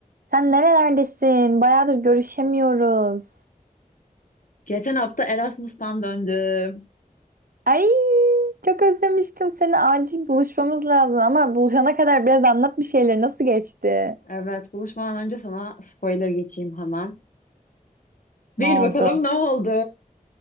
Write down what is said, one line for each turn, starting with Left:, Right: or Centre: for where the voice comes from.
Right: Sen nerelerdesin? Bayağıdır görüşemiyoruz.
Left: Geçen hafta Erasmus'tan döndüm.
Right: Ay, çok özlemiştim seni. Acil buluşmamız lazım ama buluşana kadar biraz anlat bir şeyler. Nasıl geçti?
Left: Evet, buluşmadan önce sana spoiler geçeyim hemen. Bil
Right: Ne oldu?
Left: bakalım ne oldu?